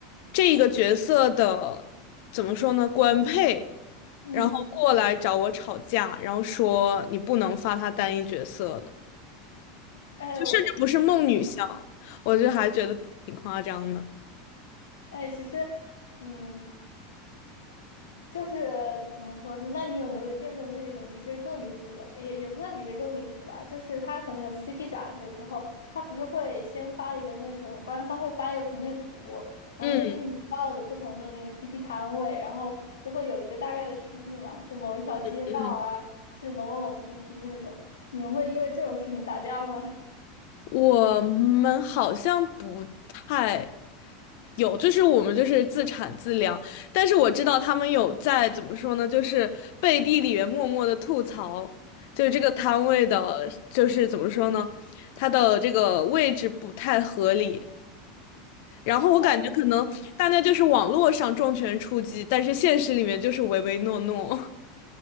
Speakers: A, on the left; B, on the left.
A: 这个角色的怎么说呢，官配，
B: 嗯，
A: 然后过来找我吵架，然后说你不能发他单一角色的。
B: 哎我
A: 就甚至不是梦女像，
B: 嗯
A: 我就还觉得挺夸张的。
B: 哎，其实嗯。就是怎么说呢那你有没有见过那种比这更离谱的？也也不算比这更离谱吧，就是他可能有 CP 展的时候，他不是会先发一个那种官方会发一个平面图，然后根据你报的不同的那个
A: 嗯
B: CP 摊位，然后就会有一个大概的区域嘛，就某一条街道啊是某某某
A: 嗯，
B: CP 那种。你们会因为这种事情打架吗？
A: 我们好像不太有，就是我们就是自产自量，但是我知道他们有在怎么说呢，就是背地里面默默的吐槽，就是这个摊位的，就是怎么说呢，它的这个位置不太合理。然后我感觉可能大家就是网络上重拳出击，
B: 哦，嗯
A: 但是现实里面就是唯唯诺诺。